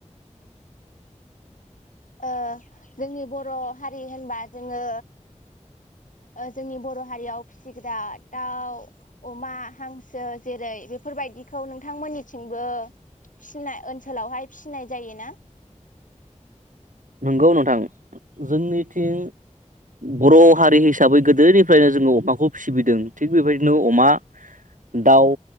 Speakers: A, on the left; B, on the right.
A: ओ जोंनि बर' हारि होनबा जोङो ओ जोंनि बर' हारियाव फिसिग्रा दाउ अमा हांसो जेरै बेफोरबायदिखौ नोंथांमोननिथिंबो फिसिनाय ओनसोलावहाय फिसिनाय जायोना?
B: नंगौ नोंथां जोंनिथिं बर' हारि हिसाबै गोदोनिफ्रायनो जोङो अमाखौ फिबिदों थिग बेबायदिनो अमा दाउ